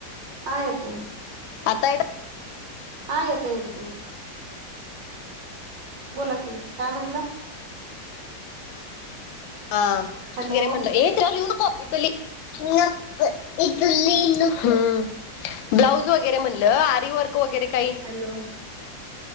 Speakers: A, on the right; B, on the left.
A: हा येतोय
B: आता येतोय.
A: हा येतो येतो. बोला की काय म्हटला.
B: हां
A: हॅलो
B: हे त्याच्यावर लिहू नको इत ली. नको इथलीन हम्म ब्लाऊज वगैरे म्हणलं आरीवर्क वगैरे काही.
A: हॅलो